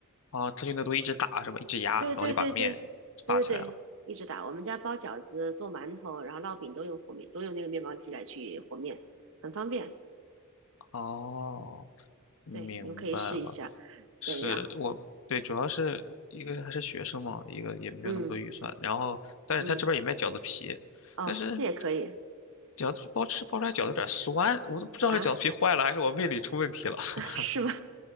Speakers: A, on the left; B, on the right.
A: 哦，他就那都一直打什么，一直压，
B: 对对对对对对对，
A: 然后就把面发起来了。
B: 一直打。我们家包饺子、做馒头，然后烙饼都用和面，都用那个面包机来去和面，很方便。
A: 哦，明白了。
B: 对，你们可以试一下。
A: 是我对，
B: 对，然后
A: 主要是一个是还是学生嘛，一个也没有那么多预算。
B: 嗯
A: 然后，但是他这边也卖饺子皮，
B: 嗯哦，
A: 但是
B: 那也可以
A: 饺子皮包吃包出来饺子有点酸，我都不知道是饺子皮坏了还是我胃里出问题了。
B: 啊，
A: <laughs>
B: <laughs> 是吗？